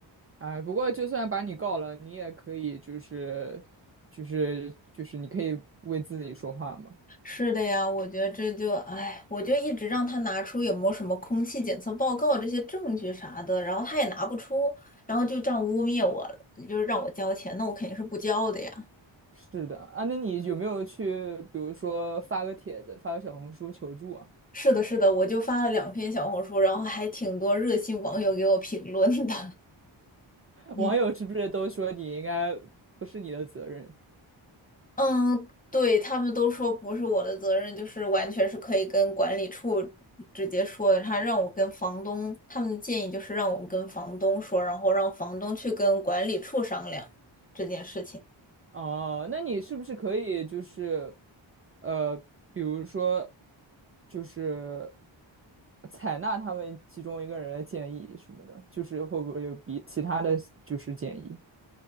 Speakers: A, on the right (about 30°); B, on the left (about 20°).
A: 哎，不过就算把你告了，你也可以就是，就是就是你可以为自己说话吗？
B: 是的呀，我觉得这就，哎，我就一直让他拿出有没有什么空气检测报告这些证据啥的，然后他也拿不出，然后就这样污蔑我，就是让我交钱，那我肯定是不交的呀。
A: 是的啊，那你有没有去，比如说发个帖子，发个小红书求助啊？
B: 是的，是的，我就发了两篇小红书，然后还挺多热心网友给我评论的。<laughs>
A: 网友是不是都说你应该不是你的责任？
B: 嗯，对，他们都说不是我的责任，就是完全是可以跟管理处直接说的。他让我跟房东，他们的建议就是让我跟房东说，然后让房东去跟管理处商量这件事情。
A: 哦，那你是不是可以就是，呃，比如说，就是采纳他们其中一个人的建议什么的，就是会不会有比其他的就是建议？